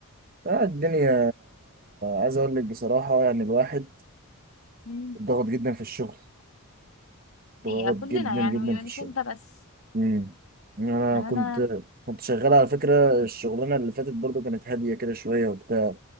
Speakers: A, on the right; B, on the left.
A: آه الدنيا عايز اقول لك بصراحه يعني الواحد
B: مم.
A: ضغط جدا في الشغل ضغط
B: هي كلنا
A: جدا
B: يعني
A: جدا
B: م-
A: في الشغل
B: مش انت بس
A: امم انا
B: يعني
A: كنت
B: انا
A: كنت شغال على فكره الشغلانه اللي فاتت برضو كانت هاديه كده شويه وبتاع